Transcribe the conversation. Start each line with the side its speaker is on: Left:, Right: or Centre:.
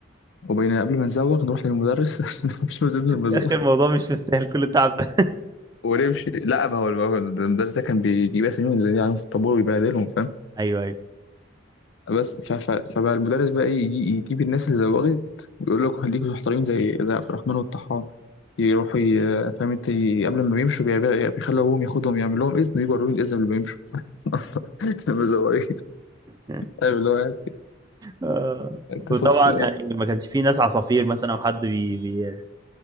Left: وبين قبل ما نزوغ نروح للمدرس <laughs> مش إذن المزوغ
Right: يا اخي الموضوع مش مستاهل كل التعب ده
Left: ونمشي لا ما هو ما هو المدرس ده كان بيجيب اساميهم اللي عليهم في الطابور ويبهدلهم فاهم
Right: <laughs> ايوه ايوه
Left: بس ف... ف... فبقى المدرس بقى ايه يجي... يجيب الناس اللي زوغت ويقول لكم خليكم محترمين زي زي عبد الرحمن والطحان يروحوا ي... فاهم انت ي- قبل ما بيمشوا بي... بيخلوا ابوهم ياخدهم يعمل لهم اذن ويجوا يوريهم الاذن قبل ما يمشوا <laughs> اصلا المزوغين
Right: <laughs>
Left: ايوه اللي هو
Right: آه.
Left: قصص
Right: وطبعا يعني ما كانش في ناس عصافير مثلا او حد بي, بي...